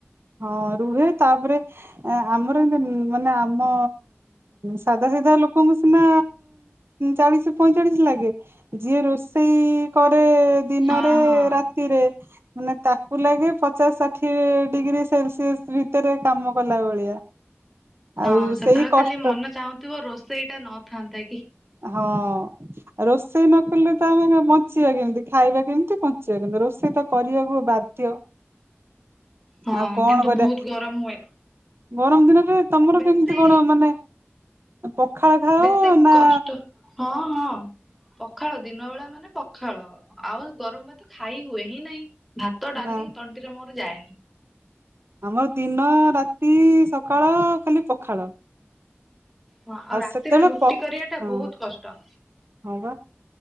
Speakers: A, on the right; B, in the centre.
A: ହଁ ରୁହେ ତାପରେ ଆମର ଏ ମାନେ ଆମ ସାଧା ସାଧା ସିଧା ଲୋକଙ୍କୁ ସିନା ଚାଳିଶି ପଇଁଚାଳିଶି ଲାଗେ ଯିଏ ରୋଷେଇ କରେ ଦିନରେ
B: ହଁ ହଁ
A: ରାତିରେ ମାନେ ତାକୁ ଲାଗି ପଚାଶ ଷାଠିଏ ଡିଗ୍ରୀ ସେଲସିୟସ୍ ଭିତରେ କାମ କଲା ଭଳିଆ
B: ହଁ
A: ଆଉ
B: ସେତେବେଳେ
A: ସେଇ
B: ଖାଲି
A: କଷ୍ଟ
B: ମନ ଚାହୁଁଥିବ ରୋଷେଇ ଟା ନଥାନ୍ତା କି?
A: ହଁ ରୋଷେଇ ନ ଆମେ ବଞ୍ଚିବା କେମିତି ଖାଇବା କେମିତି ବଞ୍ଚିବା କେମିତି ରୋଷେଇ ତ କରିବାକୁ ବାଧ୍ୟ
B: ହଁ
A: ଆଉ କଣ
B: କିନ୍ତୁ
A: କରିବା
B: ବହୁତ ଗରମ ହୁଏ।
A: ଗରମ ଦିନରେ ତମର
B: ବେଶୀ
A: କେମିତି କଣ ମାନେ ପଖାଳ ଖାଅ
B: ବେଶୀ
A: ନା
B: କଷ୍ଟ ହଁ ହଁ। ପଖାଳ ଦିନ ବେଳା ମାନେ ପଖାଳ ଆଉ ଗରମ ଭାତ ଖାଇ ହୁଏ ହିଁ ନାଇଁ? ଭାତ ଡାଲି
A: ନା
B: ତଣ୍ଟିରେ ମୋର ଯାଏନି।
A: ଆମର ଦିନ ରାତି ସକାଳ ଖାଲି ପଖାଳ
B: ହଁ ଆଉ ରାତିରେ
A: ସେତେବେଳେ
B: ରୁଟି
A: ପ
B: କରିବା ଟା
A: ହଁ
B: ବହୁତ କଷ୍ଟ।
A: ହଁ ପା,